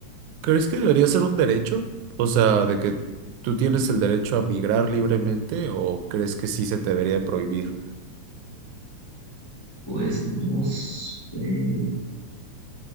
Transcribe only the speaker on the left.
pues no sé,